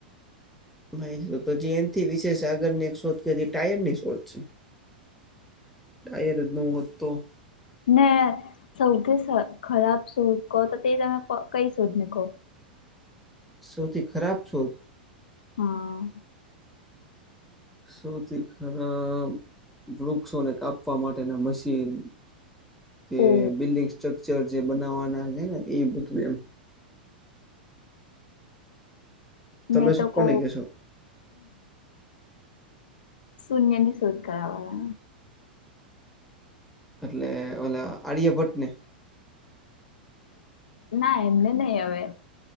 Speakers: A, in the centre; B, on the left.
A: <unintelligible> એક શોધ ક ટાયર ની શોધ છે.
B: <inaudible>
A: <unintelligible> હોત તો.
B: નને સૌથી ખરાબ શોધ કહો તો તે તમે કઈ શોધને કહો.
A: સૌથી ખરાબ શોધ.
B: હા.
A: સૌથી ખરાબ વૃક્ષોને કાપવા માટેના મશીન. કે
B: ઓ
A: બિલ્ડિંગ સ્ટ્રકચર જે બનાવવાના છે ને એ બધું એમ. તમે
B: મેં
A: શું
B: તો કહ.
A: કોને કહેશો
B: શૂન્ય ની શોધ કરાવવા.
A: એટલે ઓલા આડ્ય ભટ્ટ ને.
B: ના એમને નહી હવે.